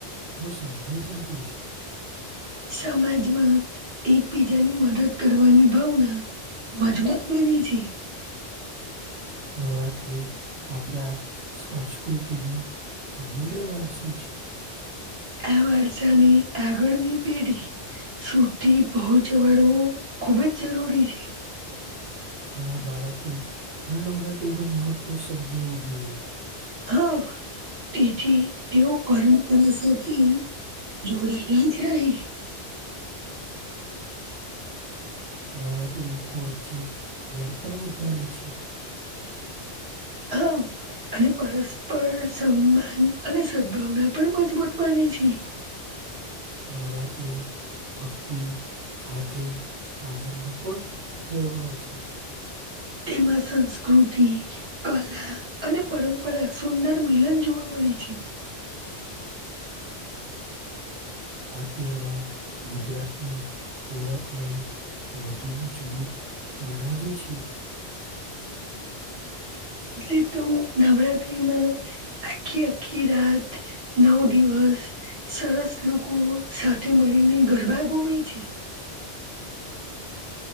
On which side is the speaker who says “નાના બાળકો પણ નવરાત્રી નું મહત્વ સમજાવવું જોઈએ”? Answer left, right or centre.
Right